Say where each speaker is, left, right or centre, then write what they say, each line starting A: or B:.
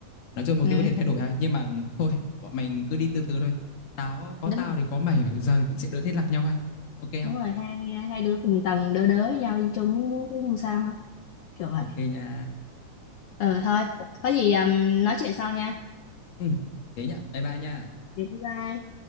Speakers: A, on the left (about 65°); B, on the left (about 80°).
A: nói chung mục
B: ừ
A: tiêu có thể thay đổi ha nhưng mà thôi bọn mình cứ đi từ từ thôi tao có
B: đúng,
A: tao thì có mày mà giờ thì cũng sẽ đỡ thế lạc nhau ha ok
B: đúng
A: không
B: rồi hai hai đứa cùng tầng đỡ đỡ nhau đi chung cũng cũng không sao ha kiểu vậy
A: ok nha
B: Ừ thôi, có gì um, nói chuyện sau nha.
A: ừ thế nhá bye bye nha
B: Bye bye.